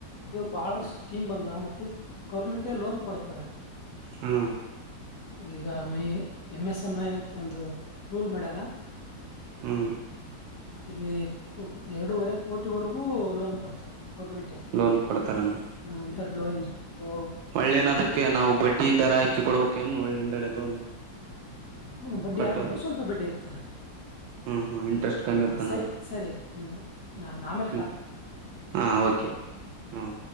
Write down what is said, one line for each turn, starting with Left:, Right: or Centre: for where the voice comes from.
Left: ಇವಾಗ ಬಹಳ ಸ್ಕೀಮ್ ಬಂದ ಮತ್ತೆ ಗೌರ್ಮೆಂಟ್ ಲೋನ್ ಕೊಡ್ತದೆ
Right: ಹಾ
Left: ಈಗ ಮೈ ಎಮ್ ಎಸ್ ಎಂ್ ಐ ಅಂತ ಒಂದು ರೂಲ್ ಮಾಡ್ಯಾರ
Right: ಹಾ
Left: ಅದ್ರಲ್ಲಿ ಎರಡೂವರೆ ಕೋಟಿಿವರೆಗೂ ಲೋನ್ ಕೊಡ್ತಾರೆ ಗೋರ್ಮೆಂಟ್
Right: ಲೋನ್ ಕೊಡ್ತಾರನುಾ
Left: ಹ್ಮ ಇತಟ್ಲು ಎಂಟ್ೋ
Right: ಒಳ್ಳೇನೋದಕ್ಕೆ ನಾವು ಬಡ್ಡಿ ದರ ಆಾಕಿ ಕೊಡಬೇಕಏನ್ ಒಳ್ಳೆಿಂದಡೆ ಲೋನ್
Left: ಹ್ಮ ಬಡ್ಡಿ
Right: ಕಟ್ಟೋದು
Left: ಆಗ್ಬೇಕು ಸ್ವಲ್ಪ ಬಡ್ಡಿ ಇರ್ತ
Right: ಹ್ಮ್ ಹ್ಮ್ ಇಂಟ್ರೆಸ್ಟ್ ಕಮ್ಮಿ
Left: ಹ್ಮ
Right: ಇರ್ತಾನ
Left: ಸರಿ
Right: ಅದ್ರ
Left: ಸರಿಮ ನ ನಾಮೇ
Right: ಹ್ಮ್ ಹಾ ಓಕೆ ಹಾೆ